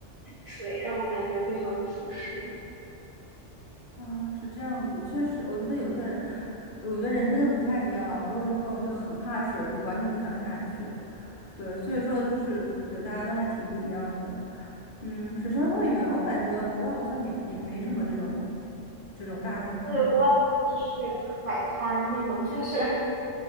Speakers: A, on the right (about 55°); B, on the left (about 55°).
A: 水让我感觉非常的舒适。
B: 啊，是这样子，确实，我觉得有些人，我觉得人真的不太一样。我有些朋友就很怕水，就完全不想下去。对，所以说就是对，大家都还挺不一样的。嗯，水上乐园，
A: 嗯，
B: 我感觉国外好像也也没什么这种这种大型的水上乐园。
A: 对，国外就是海滩这种，<laughs> 就是